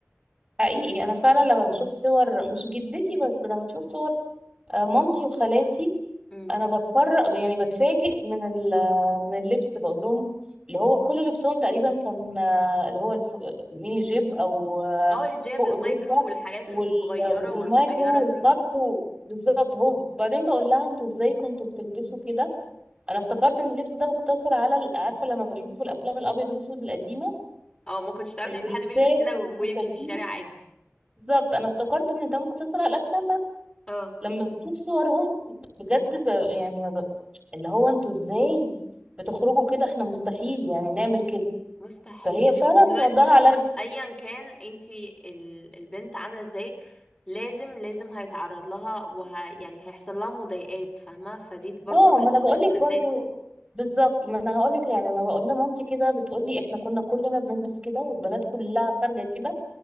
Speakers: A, on the right (about 20°); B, on the left (about 15°).
A: حقيقي انا فعلا لما بشوف صور مش جدتي بس ده انا بشوف صور آه، مامتي وخالاتي
B: امم
A: انا بتفرج يعني بتفاجئ من ال- من اللبس بقول لهم اللي هو كل لبسهم تقريبا كان آه، اللي هو الف- ميني جيب او آه،
B: اه الجيب
A: فوق
B: المايكرو
A: الركبه
B: والحاجات
A: وال-
B: الصغيرة
A: والمايكرو
B: والقصيرة دي.
A: والخط و- بالظبط هو بعدين بقول لها انتوا ازاي كنتوا بتلبسوا كده انا افتكرت ان اللبس ده مقتصر على ال- عارفه لما بشوفه في الافلام الابيض والاسود القديمه
B: اه ما كنتش تعرفي
A: الدرسات
B: ان في حد بيلبس كده
A: والفساتين
B: و- ويمشي في الشارع عادي
A: بالظبط انا افتكرت ان ده مقتصر على الافلام بس
B: اه
A: لما بشوف صورهم بجد ب... يعني ما ب... اللي هو انتوا ازاي بتخرجوا كده احنا مستحيل يعني نعمل كده
B: مستحيل
A: فهي فعلا
B: انت دلوقتي
A: ردها
B: م-
A: عليا
B: ايا كان انت ال- البنت عامله ازاي لازم لازم هيتعرض لها وه يعني هيحصل لها مضايقات فاهمه فدي برضو
A: اه
B: من
A: ما
B: الاختلافات
A: انا بقول لك برضو بالظبط ما انا هقول لك يعني لما بقول لمامتي كده بتقول لي احنا كنا كلنا بنلبس كده والبنات كلها خارجه كده